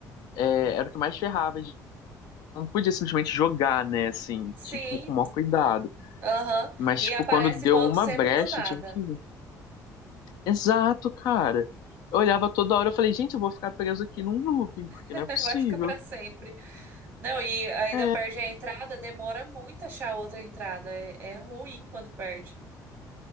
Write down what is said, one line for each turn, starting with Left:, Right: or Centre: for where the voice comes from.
Left: é, era o que mais ferrava. Não podia simplesmente jogar, né? Assim,
Right: sim,
Left: tinha que ir com o maior cuidado.
Right: aham.
Left: Mas,
Right: E
Left: tipo,
Right: aparece
Left: quando deu
Right: moto
Left: uma
Right: sempre
Left: brecha,
Right: do nada,
Left: eu tive que. ir. Exato, cara. Eu olhava toda hora, eu falei, gente, eu vou ficar preso aqui num looping, porque
Right: <laughs>
Left: não é possível.
Right: vai ficar pra sempre. Não, e ainda
Left: É.
Right: perde a entrada, demora muito achar outra entrada, é, é ruim quando perde.